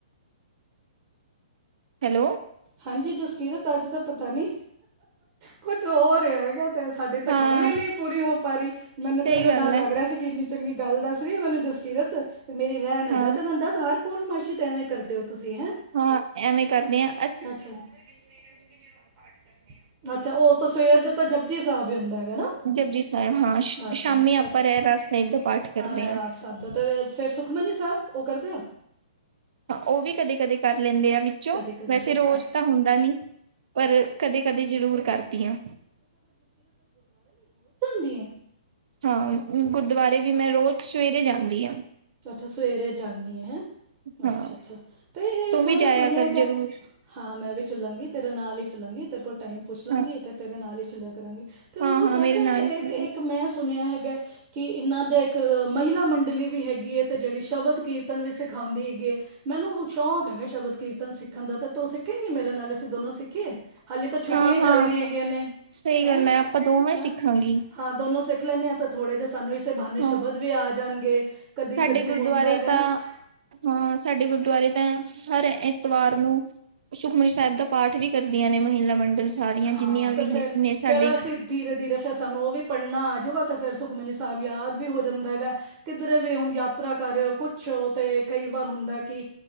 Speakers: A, on the right; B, on the right.
A: ਹੈਲੋ।
B: ਹਾਂਜੀ ਜਸਕੀਰਤ ਅੱਜ ਤਾਂ ਪਤਾ ਨੀ ਕੁਛ ਹੋ ਰਿਹਾ ਹੈਗਾ। ਤੇ ਸਾਡੀ
A: ਹਾਂ
B: ਤਾਂ ਗੱਲ ਹੀ ਨਹੀਂ ਪੂਰੀ ਹੋ ਪਾ ਰਹੀ
A: ਸਹੀ
B: ਮੈਨੂੰ ਤਾਂ ਏਹੋ
A: ਗੱਲ
B: ਡਰ
A: ਹੈ
B: ਲੱਗ ਰਿਹਾ ਸੀ ਕਿ ਇੰਨੀ ਚੰਗੀ। ਗੱਲ ਦੱਸ ਰਹੀ ਹਾਂ ਮੈਨੂੰ ਜਸਕੀਰਤ। ਮੇਰੀ ਰਹਿ ਨਾ
A: ਹਾਂ
B: ਜਾਏ ਤੇ ਬੰਦਾ ਸਾਰੀ। ਪੂਰਨਮਾਸ਼ੀ ਕਿਵੇਂ ਕਰਦੇ ਹੋ? ਤੁਸੀਂ ਹੈਂ
A: ਹਾਂ ਐਵੇਂ ਕਰਦੇ ਹਾ।
B: ਅੱਛਾ ਮੈਂ ਆਲ ਰੈੜੀ ਸਵੇਰੇ ਉੱਠ ਕੇ ਜਰੂਰ ਪਾਠ ਕਰਦੀ ਹਾਂ ਅੱਛਾ ਉਦੋ ਸਵੇਰ ਦੇ ਤੇ ਜਪੁਜੀ ਸਾਹਿਬ ਹੁੰਦਾ ਨਾ ਹਾ ਜਪੁਜੀ
A: ਜਪਜੀ
B: ਸਾਹਿਬ
A: ਹਾਂ
B: ਅੱਛਾ
A: ਸ਼ਾਮੀ ਆਪਾਂ
B: ਸਾਮੀ
A: ਰਹਿਰਾਸ
B: ਆਪਾ
A: ਸਾਹਿਬ ਦਾ ਪਾਠ ਕਰਦੇ
B: ਰਹਿਰਾਸ
A: ਹਾਂ
B: ਸਾਹਿਬ ਫੇਰ ਸੁਖਮਨੀ ਸਾਹਿਬ ਉਹ ਕਰ। ਕਰਦੇ ਹੋ।
A: ਹਾਂ ਉਹ ਵੀ ਕਦੇ ਕਦੇ ਕਰ ਲੈਂਦੇ ਆ ਵਿੱਚੋਂ
B: ਕਰ ਲੈਂਦੀ
A: ਵੈਸੇ। ਤੇ ਰੋਜ਼
B: ਹਾਂ
A: ਤਾਂ ਹੁੰਦਾ ਨੀ ਪਰ ਕਦੇ ਕਦੇ ਜ਼ਰੂਰ ਕਰਦੀ ਹਾਂ।
B: ਦੀਆਂ।
A: ਹਾਂ ਗੁਰਦੁਆਰੇ ਵੀ ਮੈਂ ਰੋਜ਼ ਸਵੇਰੇ ਜਾਂਦੀ ਹਾਂ
B: ਅੱਛਾ ਸਵੇਰੇ ਜਾਂਦੀ ਹੈ ਹੈਂ
A: ਹਾਂ
B: ਅੱਛਾ ਅੱਛਾ ਤੇ ਇਹ
A: ਤੂੰ
B: ਮੈਂ
A: ਵੀ ਜਾਇਆ
B: ਸੁਣਿਆ
A: ਕਰ
B: ਕਿ
A: ਜ਼ਰੂਰ।
B: ਹਾਂ ਮੈਂ ਵੀ ਚੱਲਾਂਗੀ ਤੇਰੇ ਨਾਲ ਹੀ ਚੱਲਾਂਗੀ ਤੇਰੇ ਕੋਲ ਟਾਈਮ ਪੁੱਛ ਲਾਂਗੀ
A: ਹਾਂ,
B: ਤੇ ਤੇਰੇ ਨਾਲ ਹੀ। ਚਲਾ ਕਰਾਂਗੇ। ਤੇ ਹੋਰ
A: ਹਾਂ-ਹਾਂ
B: ਦੱਸ
A: ਮੇਰੇ
B: ਇੱਕ
A: ਨਾਲ ਹੀ ਚਲੇਗੀ,
B: ਇੱਕ ਮੈਂ ਸੁਣਿਆ ਹੈਗਾ। ਕਿ ਇਹਨਾਂ ਦਾ ਇੱਕ ਮਹਿਲਾ ਮੰਡਲੀ ਵੀ ਹੈਗੀ ਹੈ ਤੇ ਜਿਹੜੀ ਸ਼ਬਦ ਕੀਰਤਨ ਵੀ ਸਿਖਾਉਂਦੀ ਹੈਗੀ। ਮੈਨੂੰ ਉਹ ਸ਼ੌਕ ਹੈਗਾ ਸ਼ਬਦ ਕੀਰਤਨ ਸਿੱਖਣ ਦਾ ਤਾਂ ਉਹ ਸਿੱਖੇਗੇ ਮੇਰੇ ਨਾਲ ਅਸੀਂ ਦੋਨੋ ਸਿੱਖੀਏ ਹਾਲੀ ਤਾਂ ਛੁੱਟੀਆਂ
A: ਹਾਂ-ਹਾਂ।
B: ਹੀ ਚੱਲ ਰਹੀਆਂ ਹੈਗੀਆਂ ਨੇ
A: ਸਹੀ
B: ਹੈਂ
A: ਗੱਲ ਐ, ਆਪਾਂ ਦੋਵੇਂ
B: ਹ
A: ਸਿੱਖਾਂਗੀ,
B: ਹਾਂ ਦੋਨੋ ਸਿੱਖ ਲੈਂਣੇ ਆ ਤੇ ਥੋੜੇ ਜਿਹੇ ਸਾਨੂੰ ਇਸੇ ਬਹਾਨੇ
A: ਹਾਂ।
B: ਸ਼ਬਦ ਵੀ ਆ ਜਾਣਗੇ ਕਦੀ
A: ਸਾਡੇ
B: ਕਦੀ
A: ਗੁਰਦੁਆਰੇ
B: ਹੁੰਦਾ ਹੈਗਾ
A: ਤਾਂ
B: ਨਾ ਹਾਂ
A: ਹਾਂ ਸਾਡੇ ਗੁਰਦੁਆਰੇ ਤਾਂ ਹਰ ਇਤਵਾਰ ਨੂੰ ਸੁਖਮਨੀ ਸਾਹਿਬ ਦਾ ਪਾਠ ਵੀ ਕਰਦੀਆਂ ਨੇ ਮਹਿਲਾ ਮੰਡਲ ਸਾਰੀਆਂ ਜਿੰਨੀਆਂ
B: ਹਾਂ
A: ਵੀ
B: ਤੇ ਫੇਰ
A: ਨੇ ਸਾਡੇ।
B: ਫੇਰ ਅਸੀਂ ਧੀਰੇ ਧੀਰੇ ਫੇਰ ਸਾਨੂੰ ਉਹ ਵੀ ਪੜ੍ਹਨਾ ਆ ਜੁਗਾ ਤੇ ਫਿਰ ਸੁਖਮਨੀ ਸਾਹਿਬ ਯਾਦ ਵੀ ਹੋ ਜਾਂਦਾ ਹੈਗਾ। ਕਿਧਰੇ ਵੀ ਹੁਣ ਯਾਤਰਾ ਕਰ ਰਹੇ ਹੋ ਕੁਛ ਹੋ ਤੇ ਕਈ ਵਾਰ ਹੁੰਦਾ ਕਿ